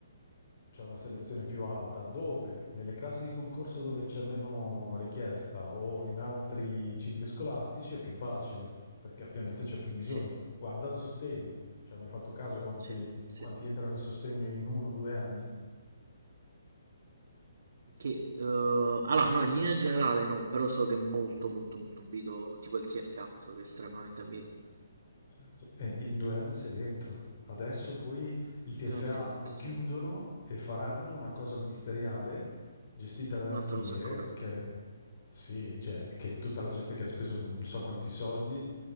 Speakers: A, on the left; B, on the right.
A: c'è una selezione più alta, dove nelle classi di concorso dove c'è meno richiesta o in altri cicli scolastici è più facile, perché ovviamente c'è più bisogno.
B: sì,
A: Guarda il sostegno, cioè mi hai fatto caso quanti,
B: sì, sì.
A: quanti entrano in sostegno in uno o due anni?
B: Che, eh, allora, no, in linea generale no, però so che è molto, molto, molto ambito, tipo il TFA, so che è estremamente ambito.
A: Certo. E e in due anni sei dentro. Adesso poi il TFA
B: Due anni sei dentro,
A: lo chiudono
B: sì.
A: e faranno una cosa ministeriale gestita da
B: Un'altra
A: Indire,
B: cosa ancora,
A: che sì, cioè, che tutta la gente che ha speso non so quanti soldi